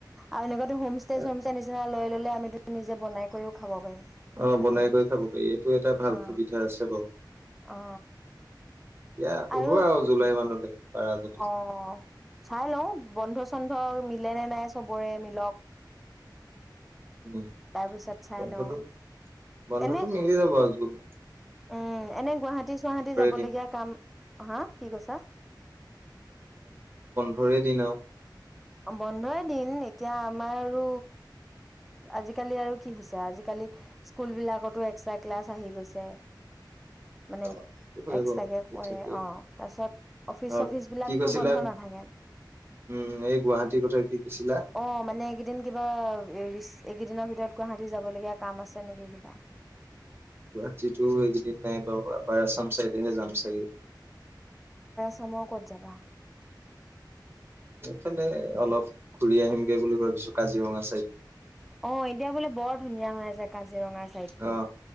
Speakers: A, in the centre; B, on the right.
A: আৰু লগত হোম ষ্টে
B: এ
A: চোমছে নিচিনা লৈ ললে আমিতো নিজে বনাই কৰিও খাব পাৰিম
B: অ
A: তাতে
B: বনাই কৰি খাব পাৰি এইটো এটা ভাল
A: অ
B: সুবিধা আছে বাৰু
A: অ
B: দিয়া ওলোৱা
A: আৰু
B: জুলাই মানলৈ পাৰা যদি
A: অ চাই লওঁ বন্ধ চন্ধ ম মিলে নে নাই চবৰে মিলক
B: উম
A: তাৰ পিছত চাই
B: বন্ধটো
A: লওঁ
B: বন্ধটো
A: এনে
B: মিলি যাব আৰু জ নাই
A: উম এনে গুৱাহাটী চুৱাহাটী যাব
B: দিন
A: লগগীয়া কাম হা কি কৈছা
B: তোৰে দিনা আও
A: বন্ধই দিন এতিয়া আমাৰ আৰু আজিকালি আৰু কি হৈছে আজিকালি স্কুল বিলাকতো এক্সট্ৰা ক্লাছ আহি গৈছে মানে
B: অ হৈ
A: এক্সট্ৰাকে
B: গল
A: কৰে
B: থাকেই
A: অ তাৰ পিছত অফিচ
B: অ
A: চফিচ বিলাকতো
B: কি কৈছিলা
A: বন্ধ নাথাকে
B: উম এই গুৱাহাটীৰ কথা কি কৈছিলা
A: অ মানে এইকেইদিন কিবা এইকেইদিনৰ ভিতৰত গুৱাহাটী যাব লগীয়া কাম আছে নেকি কিবা
B: গুৱাহাটীতো এইেইকেইদিন নাই বাৰু আপাৰ আছাম চাইডেহে যাম চাগে
A: সমৰ কত যাবা
B: এইফালে অলপ ঘূৰি আহিমগে বুলি ভাবিছো কাজিৰঙা চাইদ
A: অ এতিয়া বোলে বৰ ধুনীয়া হয় আছে কাজ কাজিৰঙা চাইডটো
B: অ